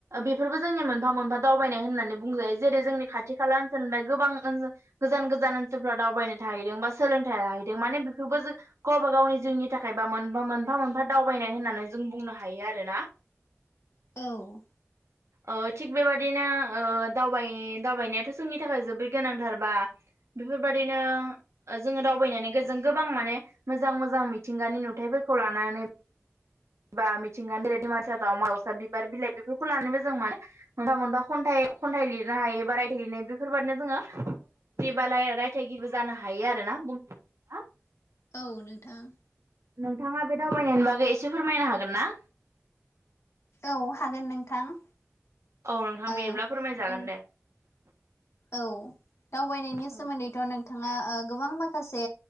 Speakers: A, on the right; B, on the left.
A: बेफोरबो जोंनि मोनफा मोनफा दावबायनाय होननानै बुंजायो जेरै जोंनि खाथि खाला ओनसोलनिफ्राय गोबां ओन गोजान गोजान ओनसोलफ्राव दावबायनो थाहैदों बा सोलोंथाइ लााहैदों माने बेफोरबो जों गबा गावनि जिउनि थाखायबा मोन मोनफा मोनफा दावबायनाय होननानै जों बुंनो हायो आरो ना। <inaudible>
B: औ
A: ओ थिग बेबादिनो ओ दावबाय दावबायनायाथ' जोंनि थाखाय जोबोरै गोनांथार बा बेफोरबायदिनो ओ जोङो दावबायनानै गोजों गोबां माने मोजां मोजां मिथिंगानि नुथायाइफोरखौ लानानै बा मिथिंगानिरायदि मानसिया दाउमा दावसा बिबार बिलाइ बेफोरखौ लानानैबो जों मान मोनफा मोनफा खन्थाइ खन्थाइ लिरनो हायो बा रायथाय लिरनाय बेफोरबादिनो जोङो बिदि बालाय रायथाइगिरिबो जानो हायो आरोना बुं आ
B: औ नोंथां।
A: नोंथाङा बे दावबायनायनि बागै एसे फोरमायनो हागोन ना?
B: औ हागोन नोंथां।
A: औ नोंथां
B: ओ नों
A: बिदिब्ला फोरमायजागोन दे
B: औ दावबायनायनि
A: औ
B: सोमोन्दैथ' नोंथाङा ओ गोबां माखासे